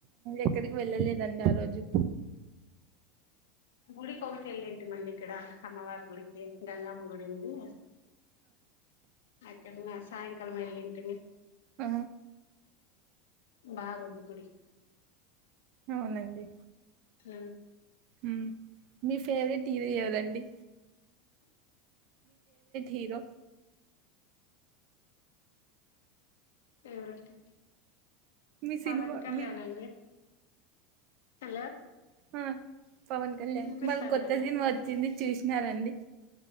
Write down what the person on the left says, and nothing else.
గుడికి ఒకటి వెళ్ళింటిమండి ఇక్కడ అమ్మవారి గుడికి గంగామ్మ గుడి ఉంది అక్కడన్నా సాయంకాలం వెళ్ళింటిని
బా గుందు గుడి
హ
ఎవరుైతే
పవన్ కళ్యాణ
అండి హలో
వినిపిస్తాందండి